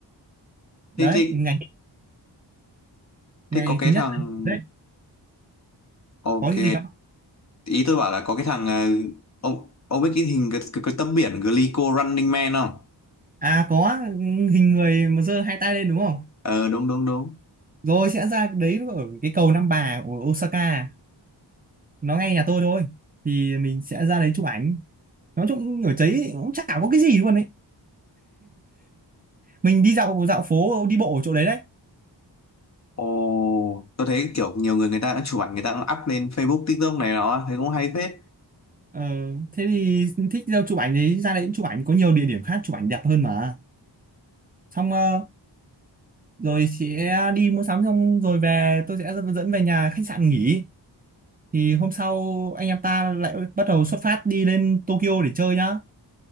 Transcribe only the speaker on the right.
đấy
ngày
ngày
thứ nhất
là- đấy
có gì gì không
à có hình người mà giơ hai tay lên đúng không
rồi sẽ ra đấy ở cái cầu Nam Bà của Osaka nó ngay nhà tôi thôi thì mình sẽ ra đấy chụp ảnh nói chung ở đấy cũng chả có cái gì luôn đấy mình đi dạo dạo phố đi bộ ở chỗ đấy đấy
Ờ, thế thì thích đâu chụp ảnh thì ra đấy chụp ảnh có nhiều địa điểm khác chụp ảnh đẹp hơn mà xong ờ, rồi chị đi mua sắm xong rồi về tôi sẽ dẫn về nhà khách sạn nghỉ thì hôm sau anh em ta lại bắt đầu xuất phát đi lên Tokyo để chơi nhá